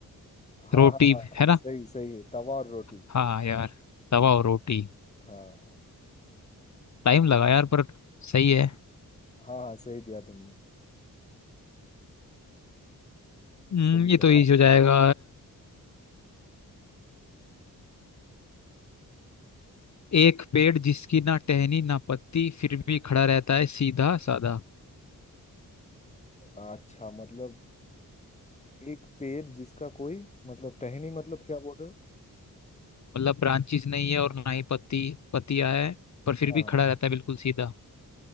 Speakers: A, on the left; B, on the left.
A: हाँ
B: रोटी
A: हाँ हाँ हाँ,
B: है ना
A: सही सही है तवा और रोटी
B: हाँ यार तवा और रोटी
A: हाँ
B: टाइम लगा यार पर सही है
A: हाँ हाँ सही दिया तुमने
B: हम्म,
A: सही
B: ये
A: जवाब
B: तो इजी हो जाएगा एक पेड़ जिसकी ना टहनी ना पत्ती फिर भी खड़ा रहता है सीधा साधा
A: अच्छा मतलब एक पेड़ जिसका कोई मतलब टहनी मतलब क्या बोल रहे हो
B: मतलब ब्रांचेस नहीं है और ना ही पत्ती पत्तियां है पर फिर
A: हाँ
B: भी
A: हाँ
B: खड़ा रहता है बिल्कुल सीधा